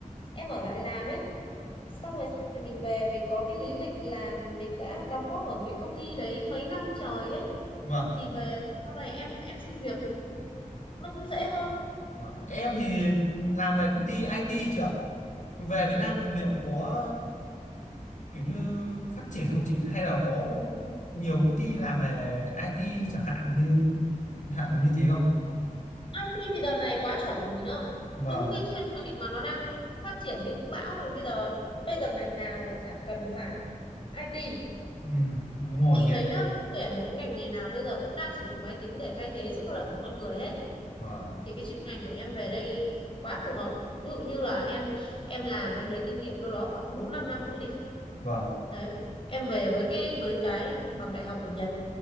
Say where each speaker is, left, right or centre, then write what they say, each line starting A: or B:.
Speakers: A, on the left; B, on the left.
A: em ở lại làm ấy. Xong rồi sau này mình về mình có cái lý lịch là mình đã đóng góp ở mấy công ty đấy mấy năm trời ấy.
B: vâng
A: Thì về sau này em em xin việc nó cũng dễ hơn
B: Vâng. Em thì làm về công ty IT chị ạ. Về Việt
A: ừ.
B: Nam thì liệu có kiểu như phát triển không chị? Hay là có nhiều công ty làm về IT chẳng hạn như hạn như thế không?
A: IT thì đợt này quá chuẩn còn gì nữa
B: Vâng,
A: đúng cái chuyên ngành mà nó đang phát triển như vũ bão rồi bây giờ bây giờ ngành nào mà chả cần phải IT
B: ừ, đúng rồi
A: chị
B: nha.
A: thấy là bất kể một cái ngành nghề nào bây giờ cũng đang sử dụng máy tính để thay thế sự lao động của con người hết
B: Vâng,
A: thì cái chuyên ngành của em về đây quá phù hợp ví dụ như là em em làm em lấy kinh nghiệm đâu đó khoảng 4 5 năm nữa đi
B: vâng,
A: đấy em về với cái với cái bằng đại học ở Nhật